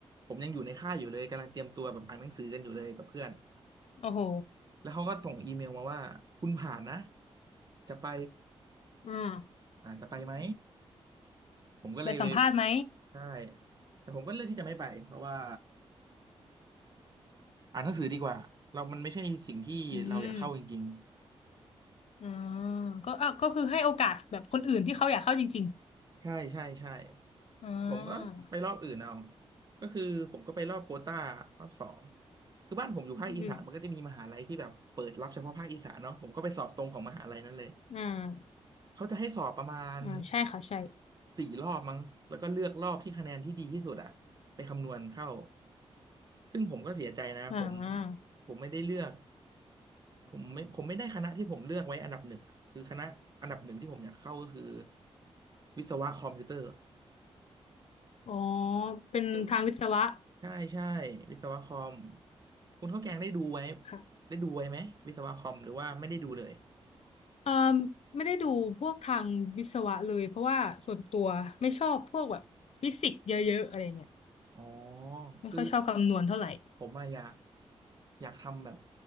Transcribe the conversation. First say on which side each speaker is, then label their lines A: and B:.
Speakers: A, on the right; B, on the left.
A: ผมยังอยู่ในค่ายอยู่เลยกำลังเตรียมตัวแบบอ่านหนังสือกันอยู่เลยกับเพื่อน
B: โอ้โห
A: แล้วเขาก็ส่งอีเมลมาว่าคุณผ่านนะจะไป
B: อ่า
A: อ่าจะไปไหมผมก็เลยไป่
B: ไปสัมภาษณ์ไหม
A: ด้แต่ผมก็เลือกที่จะไม่ไปเพราะว่าอ่านหนังสือดีกว่าเรามันไม่ใช่สิ่งที่เราอยากเข้าจริง
B: อืมอ๋อก็อ่ะก็คือให้โอกาสแบบคนอื่นที่เขาอยากเข้าจริง
A: ๆใช่ใช่ใช่
B: อ่า
A: ผมก็ไปรอบอื่นเอาก็คือผมก็ไปรอบโควต้ารอบสองคือบ้านผมอยู่ภาคอีสานมันก็จะมีมหาลัยที่แบบเปิดรับเฉพาะภาคอีสานเนาะผมก็ไปสอบตรงของมหาลัยนั้นเลย
B: อืมอ่า
A: เขาจะให้สอบประมาณ
B: อ่าใช่ค่ะใช่
A: สี่รอบมั้งแล้วก็เลือกรอบที่คะแนนที่ดีที่สุดอะไปคำนวณเข้าซึ่งผมก็เสียใจนะผม
B: อ่า
A: ผมไม่ได้เลือก ผมไม่ผมไม่ได้คณะที่ผมเลือกไว้อันดับหนึ่งอะคือคณะอันดับหนึ่งที่ผมอยากเข้าก็คือวิศวะคอมพิวเตอร์
B: อ๋อ เป็นทางวิศวะ
A: ซึ่งใช่ใช่วิศวะคอมคุณข้าวแกงได้ดูไว้
B: ค่ะ
A: ได้ดูไว้ไหมวิศวะคอมหรือว่าไม่ได้ดูเลย
B: เอ่อไม่ได้ดูพวกทางวิศวะเลยเพราะว่าส่วนตัวไม่ชอบพวกแบบฟิสิกส์เยอะๆอะไรเงี้ย
A: อ๋อ
B: ไม่ค่อยชอบคำนวณเท่าไหร่
A: คือผมอะอยากอยากทำแบบ